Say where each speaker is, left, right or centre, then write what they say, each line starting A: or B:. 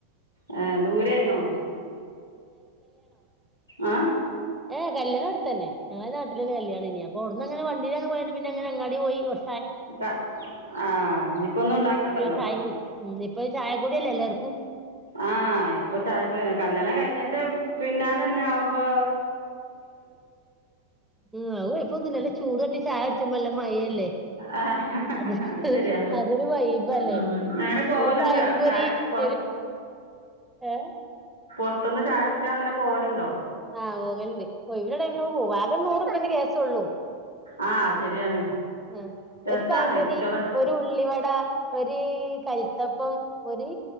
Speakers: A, on the right; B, in the centre.
A: ഏ ദൂരെയാണോ ആ
B: ഏ എ കല്യാണം എട്‌ത്തെന്നെ ഞങ്ങളെ നാട്ടിലെ ഒര് കല്ല്യണെനി അപ്പൊ അയുട് ന്ന അങ്ങനെ വണ്ടിലങ്ങനെ. പോയാണ്ട് പിന്നെ അങ്ങനെ അങ്ങാടി പോയി കൊർ
A: ക്ക ആ ഇഞ്ഞിപ്പ ഒന്നും ഇണ്ടാക്കണ്ടല്ലോ
B: ചായയും കുടിച്ച് ഉം പ്പം ഒരു ചായ കുടിയല്ലെ എല്ലാർക്കും
A: ആ ഇപ്പ ചായകുടിയാണ് കല്യാണം കഴിഞ്ഞേന്റെ പിന്നാലന്നെ ആവുമ്പോ
B: ഉം അത് കൊഴ്പ്പൊന്നും ഇല്ല അല്ലേ ചൂട് തട്ടി ചായ കുട്ച്ചുമ്പല്ലെ നല്ല മഴ അല്ലെ
A: ആ
B: അതെ
A: അത് ശരിയാ
B: അതൊരു വൈബല്ലേ
A: ഉം അങ്ങനെ പോവലുണ്ടോ
B: ഒര് പയമ്പൊരി
A: ചായ പുറ
B: ഒര് ഏ
A: പൊർത്ത്ന്ന് ചായ കുടിക്കാൻ അങ്ങനെ പോവൽ ഇണ്ടോ
B: ആ പോകൽ ഇണ്ട് ഒഴിവ് ഇള്ള ടൈമിൽ ഒക്കെ പോകും ആകെ നൂറുപ്പന്റെ കേസ് ഒള്ളു
A: ആ ശരിയാണ്
B: ആ
A: രസമാണ്
B: ഒര് പഴംപൊരി
A: കുട്ടികളെ
B: ഒര് ഉള്ളിവട ഒര് ഒര് കൽത്തപ്പം ഒര്